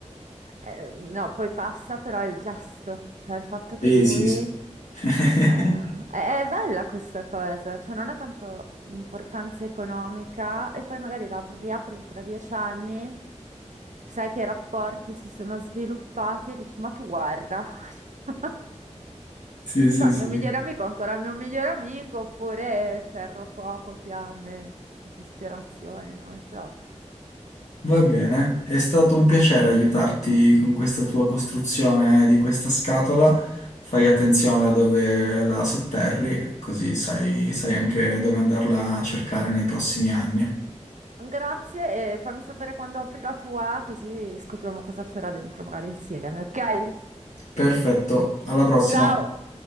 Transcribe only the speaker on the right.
Eh, no, poi passa però il gesto, cioè il fatto che
lui...
eh,
è, è bella questa cosa, cioè non ha tanto l'importanza economica e poi magari la apri- riapri tra dieci anni, sai che i rapporti si sono sviluppati e dici, ma tu guarda, <laughs>
so, il
mio migliore amico è ancora il mio migliore amico, oppure ferro, fuoco, fiamme, disperazione, non so.
Eh,
Grazie e fammi sapere quando apri la tua, così scopriamo cosa c'era dentro, magari insieme, ok?
Ciao!